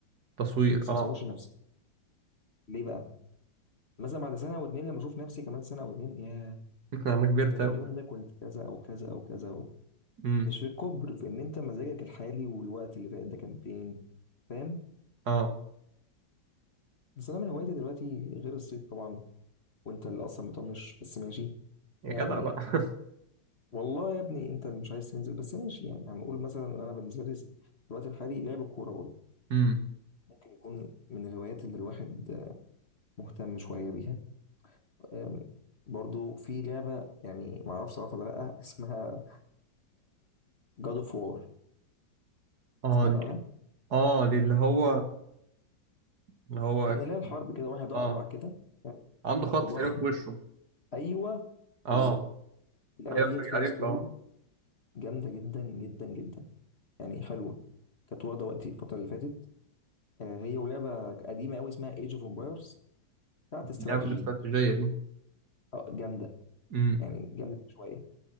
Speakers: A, on the right; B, on the left.
A: تصوير
B: بس
A: اه
B: ما صورش نفسي ليه بقى مثلا بعد سنه او اتنين لما اشوف نفسي كمان سنه او اتنين ياه
A: <laughs> انا كبرت
B: ده انا
A: اوي
B: اليوم ده كنت كذا او كذا او كذا أو.
A: امم
B: مش في الكبر في ان انت مزاجك الحالي والوقت اللي فات ده كان فين فاهم
A: اه
B: بس انا من هواياتي دلوقتي غير الصيد طبعا وانت اللي اصلا مطنش بس ماشي
A: يا
B: يعني
A: جدع بقى <laughs>
B: والله يا ابني انت اللي مش عايز تنزل بس ماشي يعني هنقول مثلا انا بالنسبه لي في الوقت الحالي لعب الكوره برضه
A: امم
B: ممكن يكون من الهوايات اللي الواحد مهتم شويه بيها أم، برضه في لعبه يعني ما اعرفش صراحه ولا لا اسمها جاد اوف وار
A: اه
B: سمعت عنها
A: دي اه دي اللي هو اللي هو
B: كان اله الحرب كده واحد اقرع
A: اه
B: كده فاهم؟
A: عنده خط
B: وضخم
A: تقريبا في وشه
B: ايوه
A: اه
B: بالظبط اللعبه
A: ايوه
B: ديت
A: فاكر-
B: فيها
A: عارف
B: ستوري
A: اه
B: جامده جدا جدا جدا يعني حلوه كانت واخده وقتي الفتره اللي فاتت آه، هي ولعبه قديمه قوي اسمها ايج اوف امبايرز بتاعت استراتيجي
A: اللعبه الاستراتيجيه دي
B: آه، جامده
A: امم
B: يعني جامده شويه